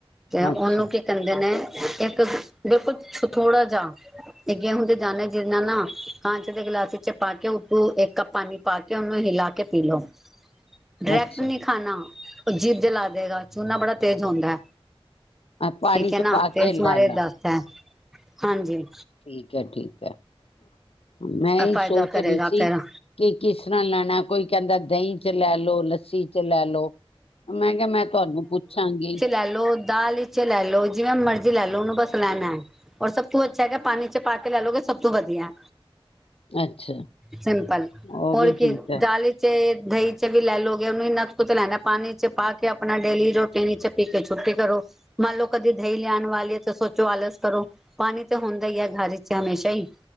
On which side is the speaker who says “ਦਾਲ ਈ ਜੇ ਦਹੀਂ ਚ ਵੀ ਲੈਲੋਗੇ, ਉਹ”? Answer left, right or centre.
Centre